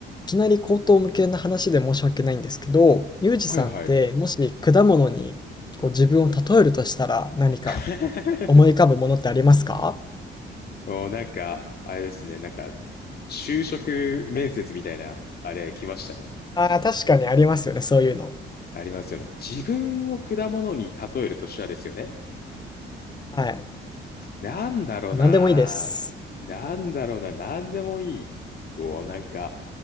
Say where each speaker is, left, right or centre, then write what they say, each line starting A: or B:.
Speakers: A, on the left; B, on the left.
A: きなり口頭無けな話で申し訳ないんですけど、ユージさんってもし果物にこう自分を例えるとしたら何か
B: はいはい。<laughs>
A: 思い浮かぶものってありますか
B: もうなんか、あれですね。なんか、就職面接みたいな、あれ来ましたね。
A: ああー、確かにありますよね、そういうの。
B: ありますよね。自分を果物に例えるとしたらですよね。
A: はい。
B: なんだろうな。
A: 何でもいいです。
B: なんだろうな。なんでもいい。おなんか、